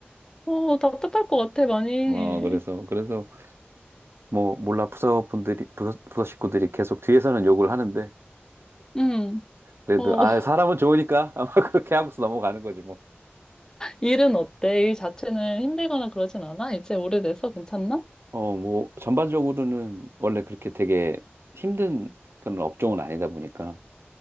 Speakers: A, on the left; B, on the right.
A: 어, 답답할 것 같아, 많이.
B: 어, 그래서, 그래서, 뭐, 몰라, 부서 분들이, 부서, 부서 식구들이 계속 뒤에서는 욕을 하는데,
A: 응.
B: 그래도,
A: 어,
B: 아,
A: <laughs>
B: 사람은 좋으니까, 아마 <laughs> 그렇게 하고서 넘어가는 거지, 뭐.
A: 일은 어때? 일 자체는 힘들거나 그러진 않아? 이제 오래돼서 괜찮나?
B: 어, 뭐, 전반적으로는 원래 그렇게 되게 힘든 그런 업종은 아니다 보니까.